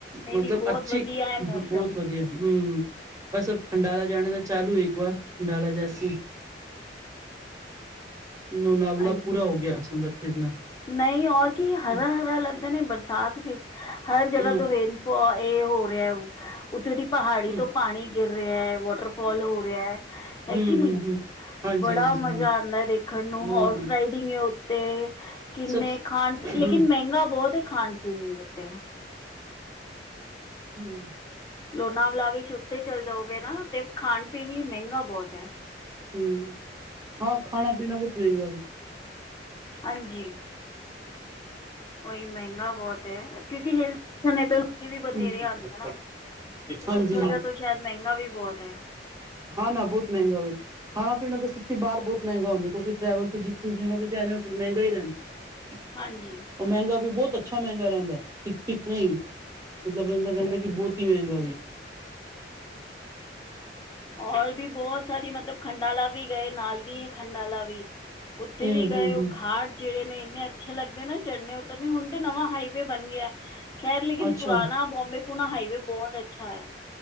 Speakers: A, on the left (about 25°); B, on the right (about 20°).
A: ਨਹੀਂ
B: ਮਤਲਬ
A: ਨਹੀਂ ਬਹੁਤ
B: ਅੱਛੀ
A: ਵਧੀਆ ਹੈ
B: ਬਹੁਤ
A: ਮੌਸਮ
B: ਵਧੀਆ, ਹਮ ਬਸ ਖੰਡਾਲਾ ਜਾਣਾ ਤਾਂ ਚਾਲੂ ਇੱਕ ਵਾਰ ਖੰਡਾਲਾ ਜਾਸੀ, ਲੋਨਾਵਲਾ
A: ਹਾਂਜੀ
B: ਪੂਰਾ ਹੋ ਗਿਆ ਅਸ਼ਾਂ ਦਾ ਫਿਰਨਾ,
A: ਨਹੀਂ ਔਰ ਕੀ, ਹਰਾ
B: ਹੂੰ
A: ਹਰਾ ਲੱਗਦਾ ਨੇ ਬਰਸਾਤ ਵਿੱਚ ਹਰ ਜਗ੍ਹਾ
B: ਹੂੰ
A: ਤੋਂ ਰੇਨ ਇਹ ਹੋ ਰਿਹਾ, ਉੱਥੇ ਦੀ ਪਹਾੜੀ
B: ਹੂੰ
A: ਤੋਂ ਪਾਣੀ ਗਿਰ ਰਿਹਾ ਹੈ ਵਾਟਰ ਫੋਲ ਹੋ ਰਿਹਾ ਹੈ
B: ਹੂੰ
A: ਹੈ ਕਿ
B: ਹੂੰ
A: ਨੀ
B: ਹੂੰ ਹਾਂਜੀ
A: ਬੜਾ
B: ਹਾਂਜੀ
A: ਮਜ਼ਾ
B: ਹਾਂ
A: ਆਉਂਦਾ ਦੇਖ, ਦੇਖਣ ਨੂੰ
B: ਬਹੁਤ
A: ਹੋਰਸ
B: ਮ
A: ਰਾਈਡਿੰਗ ਹੈ ਉੱਤੇ, ਕਿੰਨੇ
B: ਸਭ
A: ਖਾਣ ਲੇਕਿਨ
B: ਹੂੰ
A: ਮਹਿੰਗਾ ਬਹੁਤ ਖਾਣ ਪੀਣ ਵੀ ਉੱਤੇ,
B: ਹੂੰ
A: ਲੋਨਾਵਲਾ ਵਿੱਚ ਚ ਉੱਤੇ ਚੱਲ ਜਾਓਗੇ ਨਾ ਤੇ ਖਾਣ ਪੀਣ ਲਈ ਮਹਿੰਗਾ ਬਹੁਤ ਹੈ
B: ਹਮ ਹਾਂ ਖਾਣਾ ਪੀਣਾ ਬਹੁਤ ਮਹਿੰਗਾ ਵੇ
A: ਹਾਂਜੀ, ਉਹੀ ਮਹਿੰਗਾ ਬਹੁਤ ਹੈ ਕਿਉਂਕਿ ਹਿਲ ਸਟੇਸ਼ਨ ਏ ਤੇ ਲੋਕੀ ਵੀ, ਬਥੇਰੇ
B: ਹੂੰ
A: ਆਦੇ ਨਾ
B: ਹਾਂਜੀ
A: ਉਸ
B: ਹਾਂਜੀ
A: ਵਜ੍ਹਾ ਤੋਂ ਸ਼ਾਇਦ ਮਹਿੰਗਾ ਵੀ ਬਹੁਤ ਹੈ
B: ਹਾਂ ਨਾ ਬਹੁਤ ਮਹਿੰਗਾ ਵੇ। ਖਾਣਾ ਪੀਣਾ ਤਾਂ ਸੱਚੀ ਬਾਹਰ ਬਹੁਤ ਮਹਿੰਗਾ ਹੁੰਦਾ, ਕਿਉਂਕਿ ਟਰੈਵਲ ਦੀ ਜਗ੍ਹਾ ਜਿਵੇਂ ਉਧਰ ਮਹਿੰਗਾ ਹੀ ਰਹਿੰਦਾ <unintelligible>
A: ਹਾਂਜੀ,
B: ਉਹ ਮਹਿੰਗਾ ਵੀ ਬਹੁਤ ਅੱਛਾ ਮਹਿੰਗਾ ਰਹਿੰਦਾ ਹੈ ਠੀਕ ਠੀਕ ਨਹੀਂ ਮਤਲਬ ਬੰਦਾ ਕਹਿੰਦਾ ਕਿ ਬਹੁਤ ਹੀ ਮਹਿੰਗਾ ਵੇ
A: ਔਰ ਵੀ ਬਹੁਤ ਸਾਰੀ ਮਤਲਬ ਖੰਡਾਲਾ ਵੀ ਗਏ ਨਾਲ ਦੀ ਏ ਖੰਡਾਲਾ ਵੀ, ਉੱਤੇ
B: ਹੂੰ
A: ਵੀ
B: ਹੂੰ ਹੂੰ
A: ਗਏ
B: ਹੂੰ
A: ਉਹ ਘਾਟ, ਜਿਹੜੇ ਨੇ ਇੰਨੇ ਅੱਛੇ ਲੱਗਦੇ ਨਾ ਚੜਨੇ ਉਤਰਨੇ ਹੁਣ ਤੇ ਨਵਾਂ ਹਾਈਵੇ ਬਣ ਗਿਆ, ਖੈਰ ਲੇਕਿਨ
B: ਅੱਛਾ
A: ਪੁਰਾਣਾ ਬੋਬੇ ਪੁੂਣਾ ਹਾਈਵੇ ਬਹੁਤ ਅੱਛਾ ਹੈ